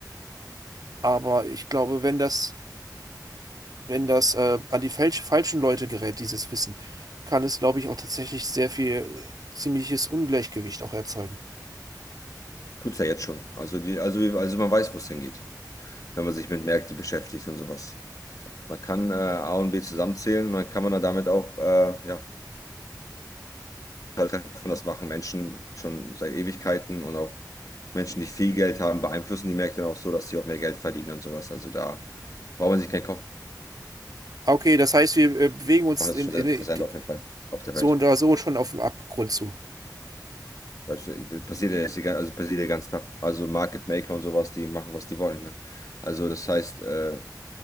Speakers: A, on the right; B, on the left.
A: Aber ich glaube, wenn das wenn das äh, an die falsch, falschen Leute gerät, dieses Wissen, kann es, glaube ich, auch tatsächlich sehr viel äh, ziemliches Ungleichgewicht auch erzeugen.
B: Tut's ja jetzt schon. Also, die, also, also man weiß, wo es hingeht, wenn man sich mit Märkten beschäftigt und sowas. Man kann äh, A und B zusammenzählen und dann kann man dann damit auch äh, ja, halt treffen. Das machen Menschen schon seit Ewigkeiten und auch Menschen, die viel Geld haben, beeinflussen die Märkte dann auch so, dass sie auch mehr Geld verdienen und sowas. Also da braucht man sich keinen Kopf
A: Ah, Okay, das heißt, wir äh, bewegen uns
B: machen, das
A: in,
B: ist schon
A: in,
B: sehr präsent auf jeden Fall auf der
A: so
B: Welt.
A: und da so schon auf dem Abgrund zu.
B: Weißt du, das passiert ja jetzt die, gan- also passiert ja den ganzen Tag. Also Market Maker und sowas, die machen, was die wollen. Ne? Also das heißt, äh,